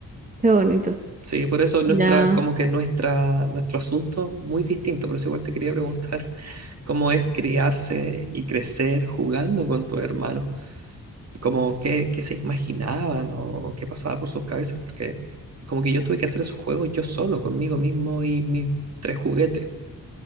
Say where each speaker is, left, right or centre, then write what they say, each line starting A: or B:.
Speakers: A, on the right; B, on the right.
A: qué bonito.
B: Sí, por eso nuestra,
A: Ya.
B: como que nuestra, nuestro asunto es muy distinto, por eso igual te quería preguntar <laughs> cómo es criarse y crecer jugando con tu hermano, y como qué, qué se imaginaban o, o qué pasaba por sus cabezas, porque como que yo tuve que hacer esos juegos yo solo, conmigo mismo y mis tres juguetes.